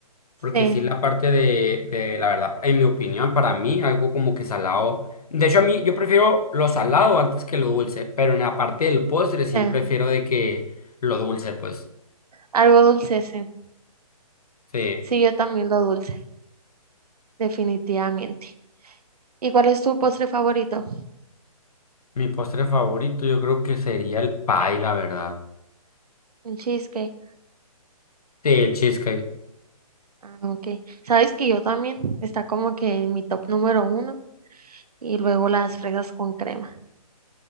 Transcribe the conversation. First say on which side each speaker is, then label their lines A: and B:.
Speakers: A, on the left (about 75°); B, on the right (about 80°).
A: Porque
B: Sí,
A: sí, la parte de, de, la verdad, en mi opinión, para mí, algo como que salado. De hecho, a mí, yo prefiero lo salado antes que lo dulce, pero en la parte del postre sí
B: sí,
A: prefiero de que lo dulce, pues.
B: algo dulce, sí.
A: Sí.
B: Sí, yo también lo dulce, definitivamente. ¿Y cuál es tu postre favorito?
A: Mi postre favorito yo creo que sería el pie, la verdad.
B: El cheesecake.
A: Sí, el cheesecake.
B: Ah, ok. Sabes que yo también está como que en mi top número uno y luego las fresas con crema.